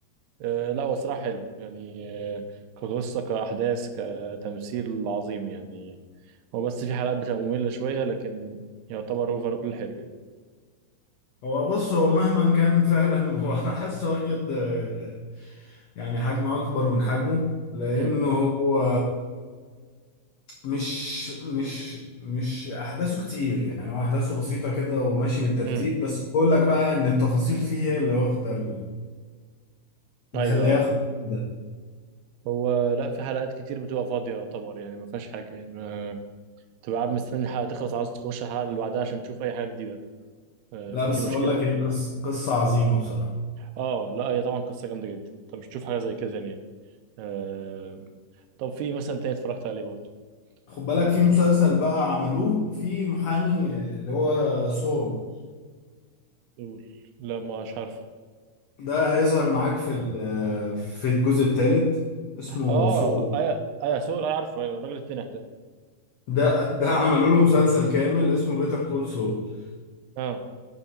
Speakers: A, on the right; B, on the left.
A: آه، لا هو صراحه حلو يعني آه، كقصه كاحداث كتمثيل عظيم يعني هو بس في حلقات بتبقى ممله شويه لكن يعتبر اوفر اول حلو يعني
B: هو بص هو مهما كان فعلا <laughs> هو انا حاسه واخد آه، يعني حجم اكبر من حجمه لانه
A: امم
B: هو مش مش مش احداثه كتير يعني هو احداثه بسيطه كده وماشي بالترتيب
A: امم
B: بس بقول لك بقى ان التفاصيل فيه هي اللي واخده ال- مخليه
A: ايوه
B: ياخد ده
A: هو لا في حلقات كتير بتبقى فاضيه يعتبر يعني ما فيهاش حاجه يعني ما تبقى قاعد مستني الحلقه تخلص عاوز تخش الحلقه اللي بعدها عشان تشوف اي حاجه جديده آه،
B: لا
A: فدي
B: بس
A: مشكلته
B: بقول لك ايه قصه قصه عظيمه بصراحه
A: اه لا هي طبعا قصه جامده جدا انت مش تشوف حاجه زي كده تاني يعني آه، طب في إيه مثلا تاني اتفرجت عليه برضه
B: خد بالك
A: قول
B: في مسلسل بقى عملوه
A: لي
B: في محامي اللي هو سول
A: قول لا مش عارف
B: ده هيظهر معاك في ال- في الجزء الثالث اسمه
A: اه
B: سول
A: ايا ايا سور انا عارفه ايوه الراجل التنح ده
B: ده ده عملوا له مسلسل كامل اسمه بيتر كول سول
A: اه